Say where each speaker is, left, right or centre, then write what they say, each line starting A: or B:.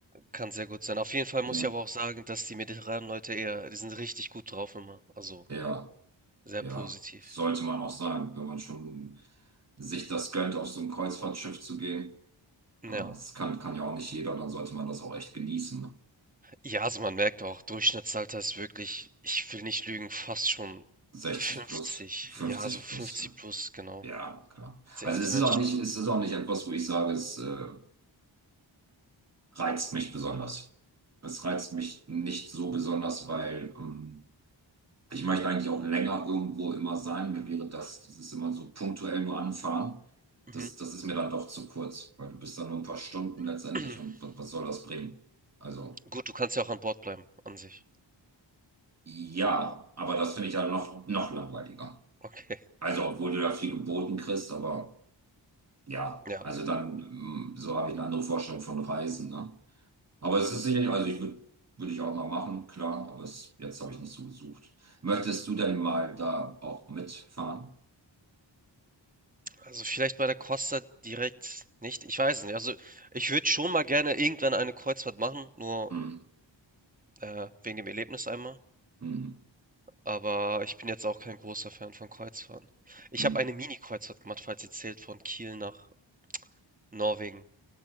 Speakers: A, on the right; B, on the right.
A: Kann sehr gut sein. Auf jeden Fall
B: Ja,
A: muss ich aber auch sagen, dass die mediterranen Leute eher, die sind richtig gut drauf immer. Also
B: ja,
A: sehr
B: ja.
A: positiv.
B: Sollte man auch sein, wenn man schon sich das gönnt, auf so ein Kreuzfahrtschiff zu gehen. Ah,
A: Ja.
B: Das kann, kann ja auch nicht jeder, dann sollte man das auch echt genießen.
A: Ja, also man merkt auch, Durchschnittsalter ist wirklich, ich will nicht lügen, fast schon
B: 60
A: 50.
B: plus, 50
A: Ja, so 50
B: plus. Ja,
A: plus, genau.
B: Ja, klar.
A: Sehr
B: Also
A: alte
B: es
A: Menschen
B: ist auch nicht,
A: immer.
B: es ist auch nicht etwas, wo ich sage, es äh, reizt mich besonders. Es reizt mich nicht so besonders, weil ähm, ich möchte eigentlich auch länger irgendwo immer sein. Mir wäre das, das ist immer so punktuell nur anfahren.
A: Mhm.
B: Das, das ist mir dann doch zu kurz, weil du bist dann nur ein paar Stunden letztendlich
A: <clears throat>
B: und was, was soll das bringen? Also
A: Gut, du kannst ja auch an Bord bleiben, an sich.
B: ja, aber das finde ich dann noch, noch langweiliger.
A: Okay.
B: Also, obwohl du da viel geboten kriegst, aber ja,
A: Ja.
B: also dann, mm, so habe ich eine andere Vorstellung von Reisen, ne? Aber es ist sicherlich, also ich würde, würde ich auch mal machen, klar, aber es, jetzt habe ich nicht so gesucht. Möchtest du denn mal da auch mitfahren?
A: Also vielleicht bei der Costa direkt nicht. Ich weiß es nicht. Also ich würde schon mal gerne irgendwann eine Kreuzfahrt machen, nur
B: Hm,
A: äh, wegen dem Erlebnis einmal.
B: hm,
A: Aber ich bin jetzt auch kein großer Fan von Kreuzfahrten. Ich
B: hm.
A: habe eine Mini-Kreuzfahrt gemacht, falls sie zählt, von Kiel nach Norwegen